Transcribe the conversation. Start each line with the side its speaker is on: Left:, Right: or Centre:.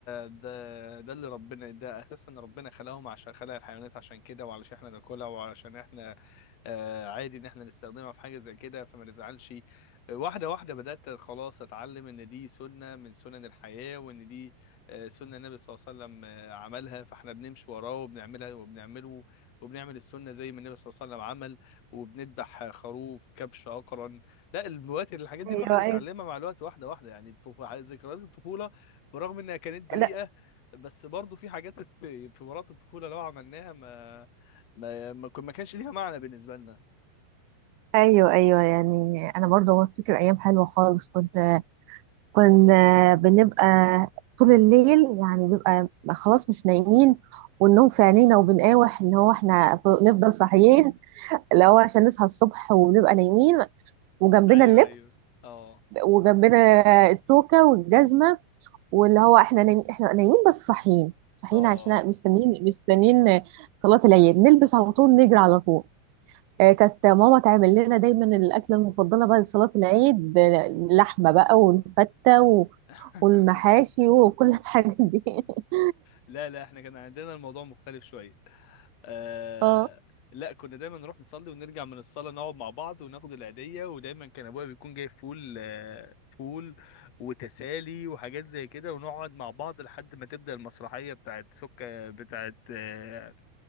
Left: ده ده اللي ربنا ده اساسا ربنا خلقهم عشان خلق الحيوانات عشان كده وعلشان احنا ناكلها وعلشان احنا آه، عادي ان احنا نستخدمها في حاجه زي كده فما نزعلش آه، واحده واحده بدات خلاص اتعلم ان دي سنه من سنن الحياه وان دي آه، سنه النبي صلى الله عليه وسلم آه، عملها فاحنا بنمشي وراه وبنعملها وبنعمله وبنعمل السنه زي ما النبي صلى الله عليه وسلم عمل وبنذبح خروف كبش اقرن لا الوقت الحاجات دي
Right: ايوه
Left: الواحد اتعلمها
Right: ايوه
Left: مع الوقت واحده واحده يعني الطف- ذكريات الطفوله برغم انها كانت بريئه
Right: لا
Left: بس برضه في حاجات الت- في مرات الطفوله لو عملناها ما ما ما ما كانش ليها معنى بالنسبه لنا
Right: ايوه ايوه يعني انا برضه بفتكر ايام حلوه خالص كنت كنا بنبقى طول الليل يعني بيبقى خلاص مش نايمين والنوم في عينينا وبنقاوح ان هو احنا نفضل صاحيين اللي هو عشان نصحى الصبح ونبقى نايمين وجنبنا
Left: ايوه
Right: اللبس
Left: ايوه اه
Right: وجنبنا التوكة والجزمة واللي هو احنا نايم احنا نايمين بس صاحيين صاحيين
Left: اه
Right: عشان مستنيين مستنيين صلاة العيد نلبس على طول نجري على طول آه، كانت ماما تعمل لنا دايما الأكلة المفضلة بعد صلاة العيد آه، لحمة بقى والفتة و-
Left: <laughs>
Right: والمحاشي وكل الحاجات دي <laughs>
Left: لا لا احنا كان عندنا الموضوع مختلف شويه آه
Right: اه
Left: لا كنا دايما نروح نصلي ونرجع من الصلاه نقعد مع بعض وناخد العيديه ودايما كان ابويا بيكون جايب فول آه فول وتسالي وحاجات زي كده ونقعد مع بعض لحد ما تبدا المسرحيه بتاعت سكه بتاعت آه،